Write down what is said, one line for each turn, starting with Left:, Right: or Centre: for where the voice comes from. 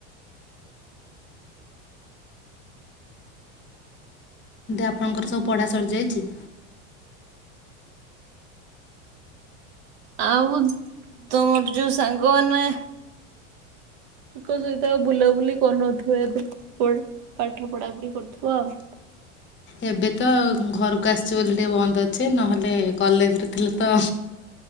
Left: ଆପଣଙ୍କର ସବୁ ପଢ଼ା ସରିଯାଇଛି।
Right: ଆଉ ତମର ଯୋଉ ସାଙ୍ଗମାନେ ତାଙ୍କ ସହିତ ଆଉ ବୁଲାବୁଲି କରୁନଥିବ ଏବେ ପଢ ପାଠ ପଢାପଢି କରୁଥିବ ଆଉ।
Left: ଏବେ ତ ଘରକୁ ଆସଛି ବୋଲି ଟିକେ ବନ୍ଦ ଅଛି ନହେଲେ କଲେଜରେ ଥିଲେ ତ।